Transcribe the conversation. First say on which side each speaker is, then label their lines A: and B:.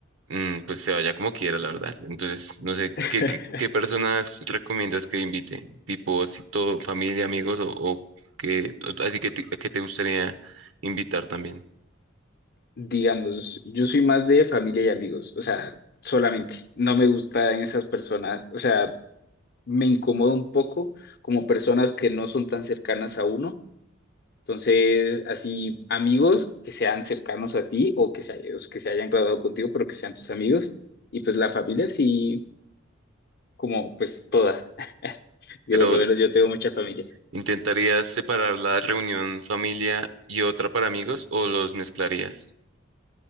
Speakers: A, on the right (about 75°); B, on the left (about 55°).
A: Mm, pues se vaya como quiera, la verdad. Entonces, no sé,
B: <laughs>
A: ¿qué, qué, qué personas recomiendas que invite? Tipo, si todo, familia, amigos, o, o que, así que te, que te gustaría invitar también.
B: digamos, yo soy más de familia y amigos, o sea, solamente, no me gustan esas personas, o sea, me incomoda un poco como personas que no son tan cercanas a uno, entonces, así, amigos que sean cercanos a ti o que se, o que se hayan graduado contigo, pero que sean tus amigos, y pues la familia sí, como pues toda, que
A: Pero,
B: por lo menos yo tengo mucha familia,
A: ¿intentarías separar la reunión familia y otra para amigos o los mezclarías?